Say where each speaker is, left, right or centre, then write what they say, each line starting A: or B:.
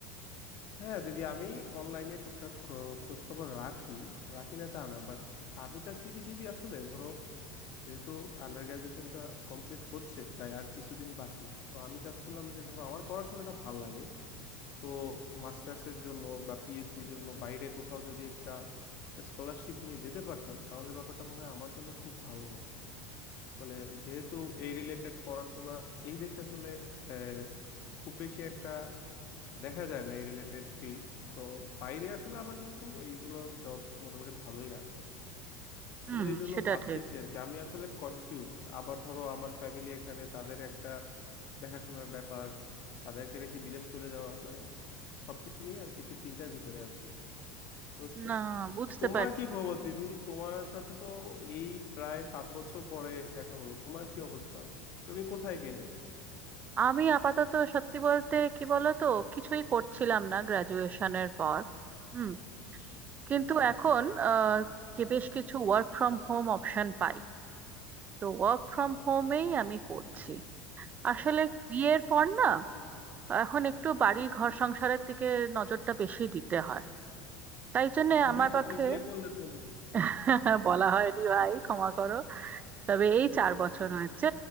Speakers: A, on the left; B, on the right.
A: হ্যাঁ দিদি আমি অনলাইনে টুকটাক খোঁজ খবর রাখি রাখি না তা না বাট আমি চাচ্ছি কি দিদি আসলে ধরো যেহেতু আন্ডার গ্রাজুয়েশনটা কমপ্লিট হচ্ছে প্রায় আর কিছুদিন বাকি তো আমি চাচ্ছিলাম যে ধরো আমার পড়াশোনাটা ভাল লাগে তো মাস্টার্সের জন্য বা পিএইচডির জন্য বাইরে কোথাও যদি একটা স্কলারশিপ নিয়ে যেতে পারতাম তাহলে ব্যাপারটা মনে হয় আমার জন্য খুব ভালো হতো মানে যেহেতু এই রিলেটেড পড়াশোনা এই দেশে আসলে আহ, খুব বেশি একটা দেখা যায় না এই রিলেটেড ফিল্ড তো বাইরে আসলে আবার কিন্তু এইগুলোর জব মোটামুটি ভালোই আছে তো
B: হুম
A: এই জন্য
B: সেটা
A: ভাবতেছি
B: ঠিক
A: আর কি আমি আসলে কনফিউজড আবার ধরো আমার ফ্যামিলি এখানে তাদের একটা দেখাশোনার ব্যাপার তাদেরকে রেখে বিদেশ চলে যাওয়া মানে সবকিছু নিয়ে আর কি একটু চিন্তার ভিতরে আছি বুঝছো
B: না বুঝতে
A: তা তোমার
B: পারছি
A: কি খবর দিদি তোমার সাথে তো এই প্রায় সাত বছর পরে দেখা হলো তোমার কি অবস্থা তুমি কোথায় গেলে
B: আমি আপাতত সত্যি বলতে কি বলতো কিছুই করছিলাম না গ্রাজুয়েশনের পর হুম কিন্তু
A: আচ্ছা
B: এখন আহ, কি- বেশ কিছু ওয়ার্ক ফ্রম হোম অপশন পাই তো ওয়ার্ক ফ্রম হোমেই
A: আচ্ছা আচ্ছা আচ্ছা
B: আমি করছি আসলে বিয়ের পর না এখন একটু বাড়ি ঘর সংসারের দিকে নজরটা বেশি দিতে হয় তাই জন্য
A: দিদি
B: আমার
A: কবে
B: পক্ষে
A: বিয়ে করলে তুমি
B: <laughs> বলা হয়নি ভাই ক্ষমা করো তবে এই চার বছর হয়েছে